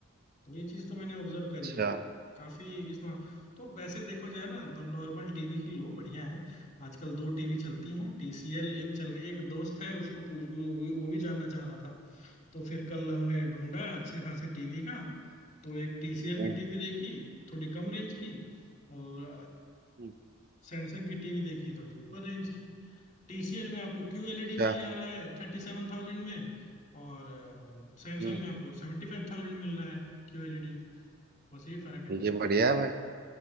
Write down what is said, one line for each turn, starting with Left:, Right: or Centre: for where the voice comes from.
Left: ये चीज तो मैंने ऑब्जर्व करी
Right: अच्छा
Left: है काफी इस मा... तो वैसे देखो जाए ना तो नॉर्मल टीवी ही लो बढ़िया है आजकल दो टीवी चलती हैं टीसीएल एक चल रही एक दोस्त है उसको पूछ वो भी वो भी जानना चाह रहा था तो फिर कल हमने ढूंढा अच्छे खासे टीवी का तो एक TCL
Right: हम्म
Left: की टीवी देखी थोड़ी कम रेंज की और
Right: हम्म,
Left: सैमसंग की टीवी देखी थोड़ी ऊपर रेंज की TCL में आपको QLED
Right: अच्छा
Left: मिल जा रहा है थर्टी सेवन थाउजेंड में और सैमसंग
Right: हम्म
Left: में आपको सेवेंटी फाइव थाउजेंड मिल रहा है QLED बस यही फर्क है
Right: ये बढ़िया है भाई